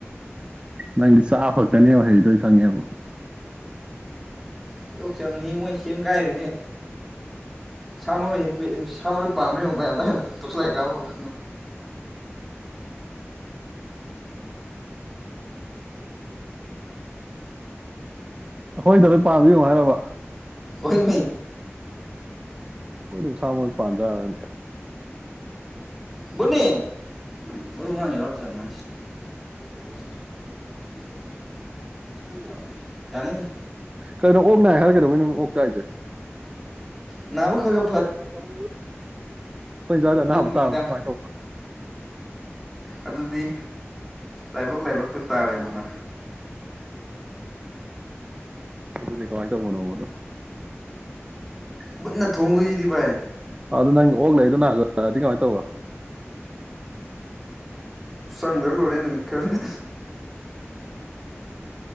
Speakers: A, on the right; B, in the centre.
A: ꯅꯪꯗꯤ ꯆꯥꯕ ꯈꯛꯇꯅꯦꯕ ꯍꯥꯏꯗ ꯑꯩ ꯈꯪꯉꯦꯕ
B: ꯇꯤꯜꯂꯣꯛ ꯆꯝꯅꯤ ꯃꯣꯏ ꯁꯦꯝꯒꯥꯏꯔꯤꯁꯦ ꯁꯥ ꯃꯔꯣꯏ ꯍꯦꯛ ꯁꯥ ꯃꯔꯣꯏ ꯄꯥꯝꯕ꯭ꯔꯥ ꯌꯦꯡꯉꯛꯕ ꯑꯇ ꯍꯦꯛꯇ ꯇꯁ ꯂꯩꯥꯛ ꯀꯥꯕꯒ
A: ꯑꯩꯈꯣꯏꯗ ꯂꯣꯏ ꯄꯥꯝꯃꯤ ꯌꯦꯡꯉꯣ ꯍꯥꯏꯔꯕ
B: ꯑꯣꯏꯅꯤ
A: ꯑꯩꯗꯕꯨꯁꯥ ꯄꯥꯟꯗꯥꯔꯅꯦ
B: ꯕꯨꯅꯤ ꯃꯔꯨ ꯃꯔꯥꯡ ꯌꯥꯎꯔꯤ ꯖꯥꯠꯂꯣ ꯃꯥꯏꯁꯦ ꯃꯣꯏ ꯁꯤꯖꯤꯟꯅꯔꯤ ꯃꯥꯜꯂꯦ ꯁꯤ <unintelligible> ꯌꯥꯅꯤꯗ
A: ꯀꯩꯅꯣ ꯑꯣꯛ ꯅꯥ ꯍꯥꯏꯔꯒꯩꯗꯧꯕꯩꯅꯤ ꯅꯨꯃꯤ ꯑꯣꯛ ꯆ ꯍꯥꯏꯁꯦ
B: ꯅꯕꯛ ꯀꯒ
A: ꯑꯩꯈꯣꯏ ꯏꯟꯖꯥꯛꯗ ꯑꯅꯥꯕ
B: ꯑꯗꯨꯅꯤꯗ
A: ꯇꯥꯕꯗꯤ ꯀꯃꯥꯏꯅ ꯇꯧꯕꯅꯣ
B: ꯑꯗꯨꯗꯤ ꯂꯥꯏꯕꯛ ꯂꯥꯏꯕꯛꯛꯇ ꯇꯥꯔꯦꯅ
A: ꯑꯗꯨ ꯅ ꯀ ꯐꯥꯏꯗ ꯃꯅꯕꯗ
B: ꯃꯨꯠꯟꯅ ꯊꯣꯡꯗꯣꯏꯁꯤꯗꯤ ꯚꯥꯏ
A: ꯑꯗꯨ ꯅꯪ ꯑꯣꯛ ꯂꯩꯗꯅꯖꯑꯗꯤ ꯀꯃꯥꯏꯅ ꯇꯧꯕꯧꯕ
B: ꯁꯪꯗꯔ ꯂꯣꯏꯔꯦ ꯅꯨꯃꯤꯠ ꯈꯔꯅꯦ